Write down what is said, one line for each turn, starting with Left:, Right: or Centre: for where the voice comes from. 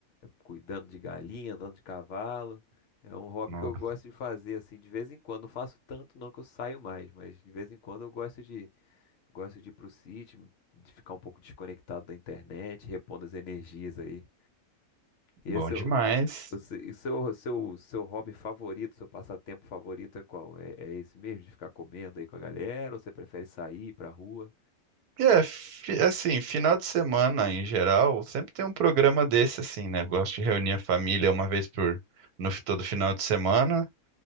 Left: cuidando de galinha, andando de cavalo. É um hobby
Right: No-
Left: que eu gosto de fazer assim de vez em quando. Não faço tanto não que eu saio mais, mas de vez em quando eu gosto de gosto de ir pro sítio, de ficar um pouco desconectado da internet, repondo as energias aí. E
Right: Bom
Left: esse
Right: demais.
Left: é o o se- e seu, seu, seu hobby favorito, seu passatempo favorito é qual? É, é esse mesmo, de ficar comendo aí com a galera, ou você prefere sair pra rua?
Right: É, fi- assim, final de semana em geral, sempre tem um programa desse assim, né? Eu gosto de reunir a família uma vez por no fi- todo final de semana